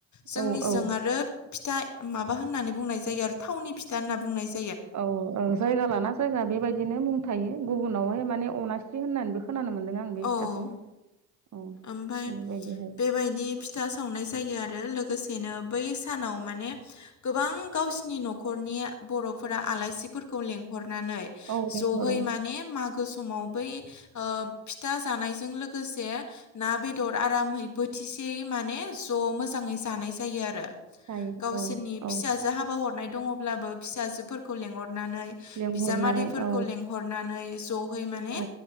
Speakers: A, on the left (about 40°); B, on the right (about 40°).
A: जोंनिजों
B: औ औ
A: आरो फिथा माबा होननानै बुंनाय जायो आरो थावनि फिथा होनना बुंनाय जायो।
B: औ औ जायगा लाना जायगा बेबायदिनो मुं थायो गुबुनावहाय माने अनासि होननानैबो खोनानो मोनदों आं बे फिथाखौ
A: औ
B: औ
A: ओमफाय
B: बेबायदिहाय
A: बेबायदि फिथा सावनाय जायो आरो लोगोसेनो बै सानाव माने गोबां गावसिनि नखरनि बर'फोरा आलासिफोरखौ लेंहर नानै
B: औ लिंहरो
A: जहै माने मागो समाव बै फिथा जानायजों लोगो से ना बेदर आरामै बोथिसेयै माने ज' मोजाङै जानाय जायो आरो
B: जायो
A: गावसोरनि
B: औ औ
A: फिसाजो हाबा हरनाय दङब्लाबो फिसाजोफोरखौ लेंहरनानै
B: लिंहरनानै
A: बिजामादैफोरखौ
B: औ
A: लेंहरनानै ज' है माने
B: औ